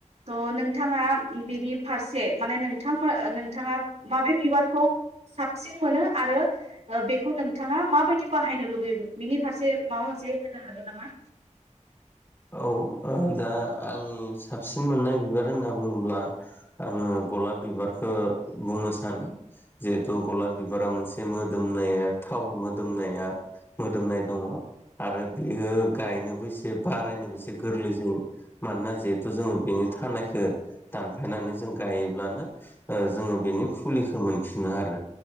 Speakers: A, on the right; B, on the left.
A: थ' नोंथाङा बिनि फारसे माने नोंथां नोंथाङा माबे बिबारखौ साबसिन मोनो आरो बेखौ नोंथाङा माबायदि बाहायनो लुबैयो बिनि फारसे माबा जे होननो हागोन नामा?
B: <inaudible> औ दा आंनि साबसिन मोननाय बिबार होनना बुङोब्ला आङो गलाब बिबारखौ बुंनो सानो जिहेथु गलाब बिबारा मोनसे मोदोमनाया थाव मोदोमनाया मोदोमनाय दङ आरो बेयो गायनोबो एसे बारायनो एसे गोरलै जायो मानोना जिहेथु जोङो बेनि थानायखौ दानफायनानै जों गायोब्लानो जोङो बेनि फुलिखौ मोनफिनो आरो